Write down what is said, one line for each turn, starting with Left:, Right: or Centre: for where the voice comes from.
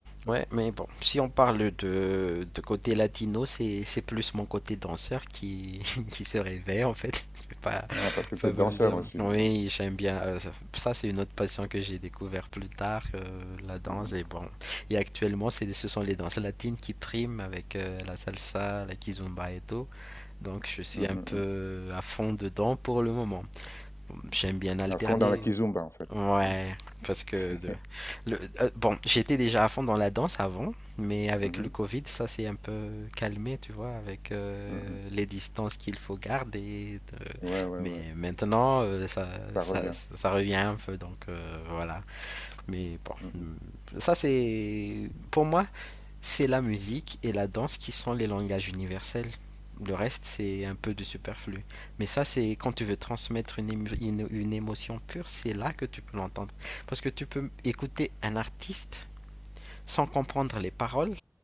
Centre: Ouais, mais bon, si on parle de, de côté latino, c'est c'est plus mon côté danseur qui, <laughs> qui se réveille en fait. <laughs> C'est pas,
Left: Ah, parce que tu
Centre: pas,
Left: es danseur
Centre: pas bizarre.
Left: aussi
Centre: Oui,
Left: maintenant.
Centre: j'aime bien. euh, ça, ça, c'est une autre passion que j'ai découvert plus tard, euh, la danse.
Left: Mhm,
Centre: Et bon, et actuellement, c'est, ce sont les danses latines qui priment avec euh, la salsa, la kizomba et tout. Donc, je suis
Left: hum,
Centre: un
Left: hum, hum.
Centre: peu
Left: hum.
Centre: à fond dedans pour le moment. Bon, J'aime bien alterner.
Left: À fond dans la kizumba en fait.
Centre: Ouais,
Left: hein.
Centre: parce que
Left: <laughs>
Centre: de- le, euh, bon, j'étais déjà à fond dans la danse avant, mais avec
Left: Mhm,
Centre: le Covid, ça s'est un peu calmé, tu vois, avec euh,
Left: hum, hum.
Centre: les distances qu'il faut garder. de-
Left: Ouais, ouais,
Centre: Mais
Left: ouais,
Centre: maintenant, euh, ça,
Left: ça
Centre: ça,
Left: revient.
Centre: ça revient un peu, donc euh, voilà. Mais bon,
Left: Mm, mm.
Centre: ça c'est, pour moi, c'est la musique et la danse qui sont les langages universels. Le reste, c'est un peu de superflu. Mais ça, c'est quand tu veux transmettre une, ému- une- une émotion pure, c'est là que tu peux l'entendre. Parce que tu peux écouter un artiste sans comprendre les paroles